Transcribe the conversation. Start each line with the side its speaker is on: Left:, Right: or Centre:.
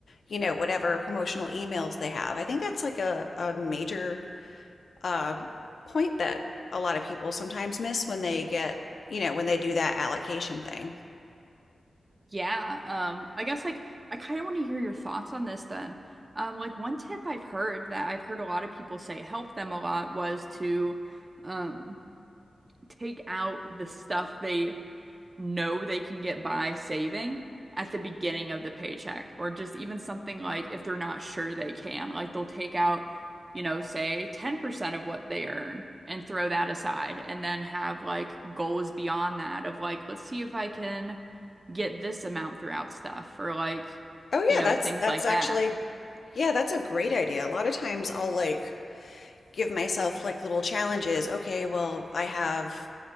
Left: you know, whatever promotional emails they have. I think that's like a, a major uh, point that a lot of people sometimes miss when they get, you know, when they do that allocation thing.
Right: Yeah, um, I guess like I kind of want to hear your thoughts on this then. Um, like one tip I've heard that I've heard a lot of people say helped them a lot was to um take out the stuff they know they can get by saving at the beginning of the paycheck, or just even something like if they're not sure they can, like they'll take out, you know, say 10% of what they earn and throw that aside, and then have like goals beyond that of like, let's see if I can get this amount throughout stuff, or like,
Left: Oh
Right: you
Left: yeah,
Right: know,
Left: that's
Right: things
Left: that's
Right: like that.
Left: actually yeah, that's a great idea. A lot of times I'll like give myself like little challenges. Okay, well, I have,